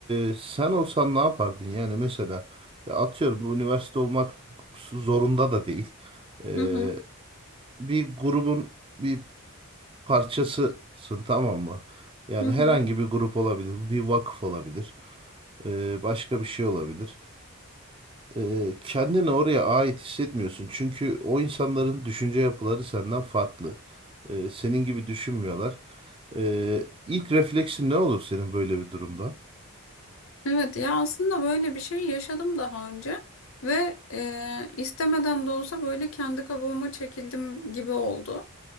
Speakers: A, on the right; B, on the left.
A: e, sen olsan ne yapardın? Yani mesela ya atıyorum bu üniversite olmak zorunda da değil. E,
B: Hı hı,
A: bir grubun bir parçasısın tamam mı? Yani
B: hı hı.
A: herhangi bir grup olabilir, bir vakıf olabilir, e, başka bir şey olabilir. E, kendini oraya ait hissetmiyorsun çünkü o insanların düşünce yapıları senden farklı. E, senin gibi düşünmüyorlar. E, ilk refleksin ne olur senin böyle bir durumda?
B: Evet ya aslında böyle bir şey yaşadım daha önce ve e, istemeden de olsa böyle kendi kabuğuma çekildim gibi oldu.